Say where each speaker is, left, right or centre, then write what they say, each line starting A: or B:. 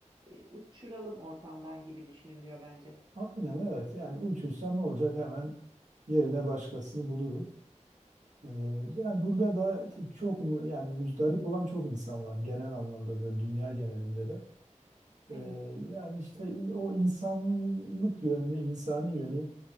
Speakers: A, on the right; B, on the right.
A: e, uçuralım ortamdan gibi düşünülüyor bence.
B: aynen evet yani uçursam ne olacak hemen yerine başkasını bulurum. E, yani burada da t- çok mu yani muzdarip olan çok insan var genel anlamda böyle dünya genelinde de. E,
A: Evet.
B: yani işte in- o insanlık yönünü, insani yönü